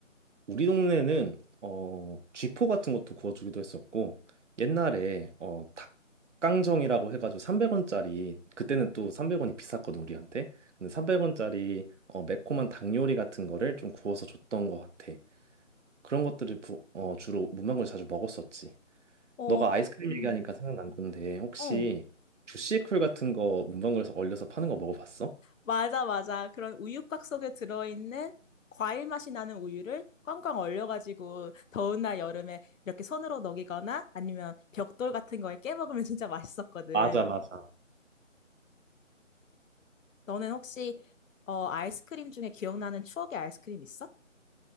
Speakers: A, on the right (about 65°); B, on the left (about 75°).
A: 우리 동네는 어, 쥐포 같은 것도 구워주기도 했었고 옛날에 어, 닭강정이라고 해가지고 300원짜리 그때는 또 300원이 비쌌거든 우리한테 근데 300원짜리 매콤한 닭 요리 같은 거를 좀 구워서 줬던 것 같아 그런 것들을 부- 어, 주로 문방구에 자주 먹었었지
B: 어,
A: 너가 아이스크림
B: 음.
A: 얘기하니까 생각난 건데 혹시
B: 어.
A: 주시쿨 같은 거 문방구에서 얼려서 파는 거 먹어봤어?
B: 맞아, 맞아. 그런 우유곽 속에 들어있는 과일 맛이 나는 우유를 꽝꽝 얼려가지고 더운 날 여름에 이렇게 손으로 녹이거나 아니면 벽돌 같은 거에 깨먹으면 <laughs> 진짜 맛있었거든.
A: 맞아, 맞아.
B: 너는 혹시 어, 아이스크림 중에 기억나는 추억의 아이스크림 있어?